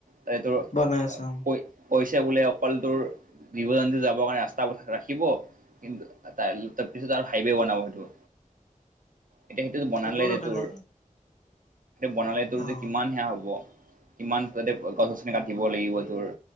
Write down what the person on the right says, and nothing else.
ত টো
কৈ কৈছে বোলে অকল তোৰ জীৱ জন্তু যাবৰ কাৰণে ৰাস্তা পথ ৰাখিব কিন্তু ত তাৰ পিছত আৰু হাইৱে বনাব সেইটো এতিয়া সেইটোতো বনালে
যে
তোৰ বনালে ত'ৰযে
কিমান সেয়া হব কিমান তাতে গছ গছনি কা টিব লাগিব তোৰ